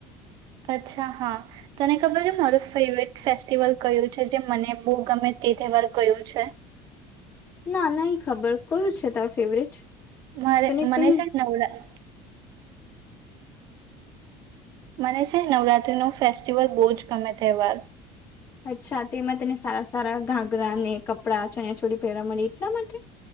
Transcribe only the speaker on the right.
અચ્છા હા, તને ખબર છે મારું ફેવરેટ ફેસ્ટિવલ કયું છે જે મને બહુ ગમે તે તહેવાર કયો છે?
મારે
મને
છેને નવડા મને છે નવરાત્રી નો ફેસ્ટિવલ બહુ જ ગમે તહેવાર.